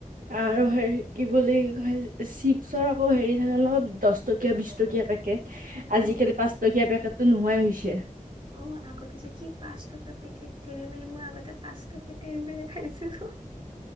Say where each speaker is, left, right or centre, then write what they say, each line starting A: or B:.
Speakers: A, on the right; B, on the right.
A: উম
B: আৰু হেৰি কি বুলি। চিপছৰ আকৌ হেৰি থাকে ন দহ টকীয়া বিশ টকীয়া পেকেট।
A: অ
B: আজিকালি পাঁচ টকীয়া পেকাততো নোহোৱাই হৈছ- ছে।
A: অ আগতে যে কি পাঁচ টকা পেকেট তেৰে মেৰে মই আগত। পাঁচ টকীয়া তেৰে মেৰে খাইছিলো।